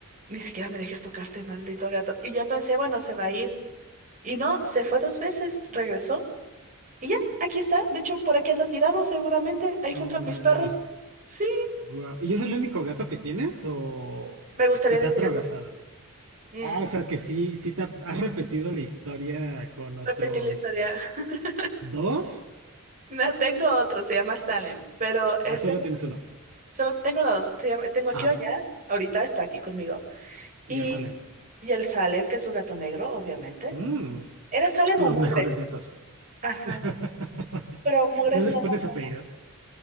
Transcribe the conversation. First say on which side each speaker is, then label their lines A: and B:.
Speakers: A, on the right (about 35°); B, on the right (about 70°).
A: ni siquiera me dejes tocarte, maldito gato. Y yo pensé, bueno, se va a ir. Y no, se fue dos veces, regresó y ya, aquí está. De hecho, por aquí anda tirado seguramente, ahí
B: Oh
A: junto
B: my,
A: a mis perros. Sí,
B: guau. ¿Y es el único gato que tienes o
A: me gustaría
B: se te
A: decir
B: ha atravesado?
A: eso. Mm,
B: Ah, o sea que sí, sí te ha- has repetido la historia con otros
A: repetí la historia. <laughs>
B: dos.
A: No, tengo otro, se llama Salem, pero
B: Ah,
A: ese,
B: solo tienes uno.
A: solo tengo dos. se llama- tengo aquí
B: Ajá,
A: o allá, ahorita está aquí conmigo. Y,
B: y al Salem.
A: y el Salem, que es su gato negro, obviamente.
B: Mm,
A: ¿Era Salem
B: los
A: o Mugres?
B: mejores gatos.
A: Ajá.
B: <laughs>
A: Pero Mugres
B: No les
A: no. era-
B: pones apellido.